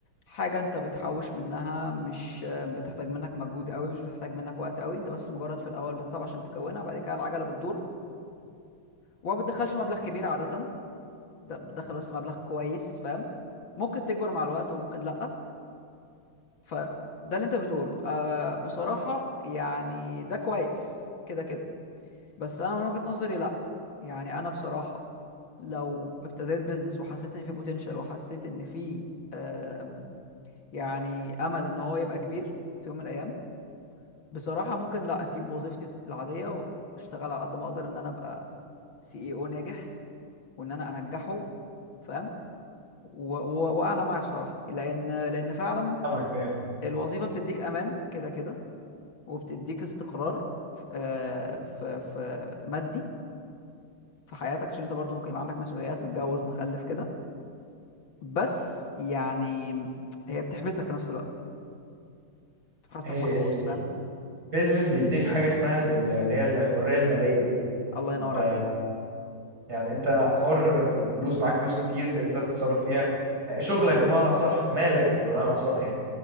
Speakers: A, on the left (about 65°); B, on the right (about 45°).
A: حاجه انت بتحوش منها مش بتحتاج منك مجهود قوي مش بتحتاج منك وقت قوي انت بس مجرد في الاول بتتعب عشان تكونها بعد كده العجله بتدور وما بتدخلش مبلغ كبير عاده ده بتدخل بس مبلغ كويس فاهم ممكن تكبر مع الوقت وممكن لا فده اللي انت بتقوله آه بصراحه يعني ده كويس كده كده بس انا من وجهة نظري لا يعني انا بصراحة لو ابتديت بيزنس وحسيت ان فيه بوتنشال وحسيت ان فيه آم، يعني امل ان هو يبقى كبير في يوم من الايام بصراحة ممكن لا اسيب وظيفتي العادية واشتغل على قد ما اقدر ان انا ابقى سي اي او ناجح وان انا انجحه فاهم و- و- واعلى معايا بصراحة لان لان فعلا
B: فاهمك أيوة.
A: الوظيفة بتديك امان كده كده وبتديك استقرار في آه، في في مادي في حياتك عشان انت برضو ممكن يبقى عندك مسؤوليات متجوز مخلف كده بس يعني هي بتحبسك في نفس الوقت بتحس
B: هي
A: انك محبوس
B: ال-
A: فاهم
B: البيزنس بيديك حاجة اسمها ال- ال- اللي هي الحرية المالية
A: الله ينور
B: انت
A: عليك
B: يعني انت حر في الفلوس معاك فلوس كتير تقدر تتصرف فيها آه، شغلك بمعنى صح مالك بمعنى صح يعني